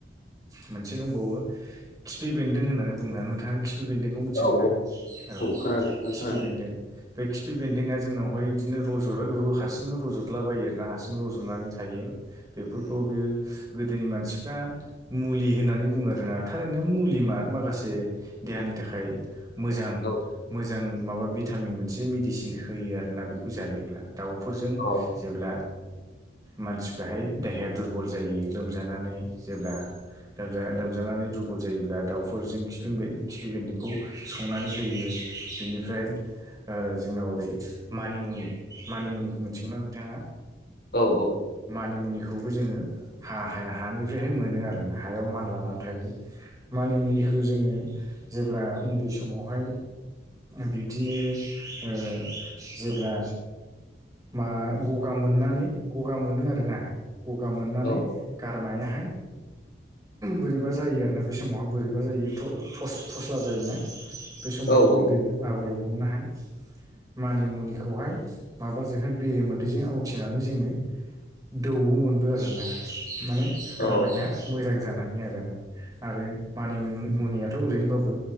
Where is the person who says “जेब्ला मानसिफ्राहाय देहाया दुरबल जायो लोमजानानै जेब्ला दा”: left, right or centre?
Right